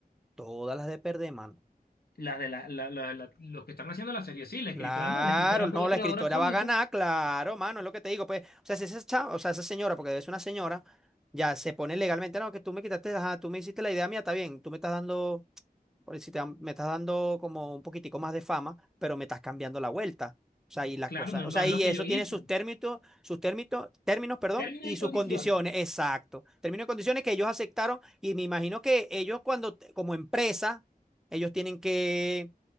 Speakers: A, in the centre; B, on the left.
A: Todas las de perder, mano.
B: Las de la, la- la- la- los que están haciendo la serie, sí, la
A: Claro,
B: escritora no, la escritora
A: no,
B: fue la
A: la
B: creadora
A: escritora
B: absoluta.
A: va a ganar, claro, mano, es lo que te digo, pues, o sea, si esa chava, o sea, esa señora, porque debe ser una señora, ya se pone legalmente, no, que tú me quitaste, ajá, tú me hiciste la idea mía, está bien, tú me estás dando, por si te, dan- me estás dando como un poquitico más de fama, pero me estás cambiando la vuelta, o sea, y las
B: Claro,
A: cosas,
B: no, es-
A: o
B: no
A: sea,
B: es
A: y
B: lo que
A: eso
B: yo hice.
A: tiene sus términos, sus términos, términos, perdón,
B: Términos
A: y
B: y
A: sus
B: condiciones.
A: condiciones, exacto, términos y condiciones que ellos aceptaron, y me imagino que ellos cuando, como empresa, ellos tienen que